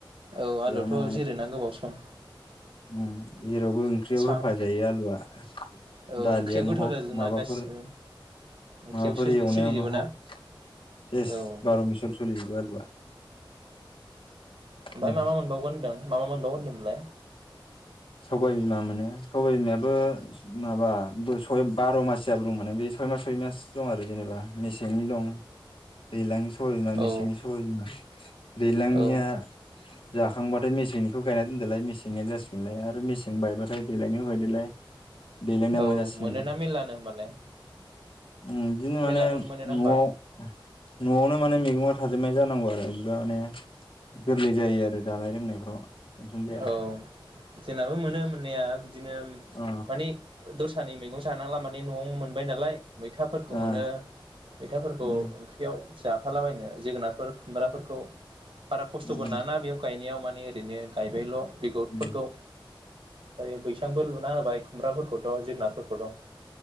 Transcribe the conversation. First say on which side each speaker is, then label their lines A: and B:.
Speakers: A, on the right; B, on the left.
A: ओव आलुथ'
B: बेयावनो
A: जिरोना गोबाव सम
B: चम जेरावबो ओंख्रियाव
A: सा
B: होफाजायो आलुआ
A: औ
B: दालियानो
A: ओंख्रियाव गोथाव
B: हक
A: जाजोबना
B: माबाफोर
A: गासिबो ओंख्रियाव
B: माबाफोर एवनायावनो
A: सोलिजोबो
B: हक
A: ना
B: सेस
A: औ
B: बार' मिसल सोलिजोबो आलुआ।
A: ओमफाय
B: उम
A: मा मा मोनबावगोन होनदों? मा मा मोनबावो होनदोंमोनलाय?
B: सबायाइबिमा मोनो सबायबिमायाबो माबा सय बार' मासियाबो दं माने बे सय मास सय मास दं आरो जेनेबा मेसेंनि दं दैलांनि सम सबाय बिमा
A: औ
B: मेसेंनि सबाय बिमा। दैज्लांनिया
A: औ
B: जाखांबाथाय मेसेंनिखौ गायना दोनदोलाय मेसेंनिया जासि गोनलाय आरो मेसें बायबाथाय देलायनो होबाय दोलाय। दैज्लांनिया
A: औ
B: मोनजासिगोनलाय
A: मोनोना मेल्लानो होमबालाय?
B: उम बिदिनो माने
A: मेरलाखौनो मोनोना
B: न'आव
A: होमबा
B: न'आवनो माने मैगङा थाजोबनाय जानांगौ आरो बिदिबा माने गोरलै जायो आरो जानाय लोंनायफ्राव। थेनसन जाया
A: औ जोंनाबो मोनो मोननाया दिनो
B: अ
A: मानि दस्रानि मैगं जानाला माने न'आवनो मोनबाय नालाय मैथाफोरखौ
B: ओ
A: मोनो मैथाफोरखौ
B: उम
A: ओंख्रियाव जाफालाबायनो जोगोनारफोर खुमब्राफोरखौ बारा खस्थ'बो
B: उम
A: नाङाना ओरैनो गायबायल' बिगुरफोरखौ
B: उम
A: दायो बैसांबो लुना होबाय खुमब्राफोरखौथ' जोगोनारफोरखौ दं‌